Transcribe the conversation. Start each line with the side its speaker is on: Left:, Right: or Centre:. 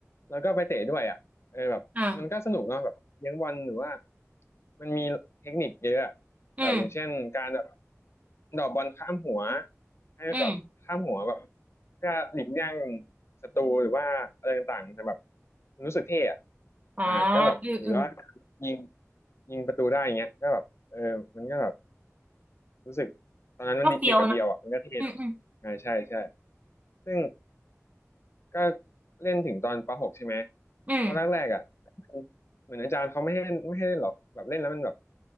Left: แล้วก็ไปเตะด้วยอ่ะเออแบบมันก็สนุกเนาะแบบเลี้ยงบอลหรือว่า
Right: อ่า
Left: มันมีเทคนิคเยอะอะ
Right: อืม
Left: แบบอย่างเช่นการแบบดอกบอลข้ามหัวให้แบบข้ามหัวแบบ
Right: อืม
Left: ก็หลีกเลี่ยง สตรูหรือว่าอะไรต่างๆมันจะแบบมันรู้สึกเท่อะ
Right: อ๋อ
Left: อ่าก็แบบหรือว่า
Right: เออเออ
Left: ยิงยิงประตูได้อย่างเงี้ยก็แบบเออมันก็แบบรู้สึกตอนนั้นมันเด็กกับเบียวอ่ะมันก็เท่เนอะอ่าใช่ใช่
Right: ก็เฟี้ยวนะอืมอืม
Left: ซึ่งก็เล่นถึงตอนป .6 ใช่ไหม
Right: อืม
Left: ตอนแรกๆอ่ะเหมือนอาจารย์เขาไม่ให้ไม่ให้เล่นหรอกแบบเล่นแล้วมันแบบ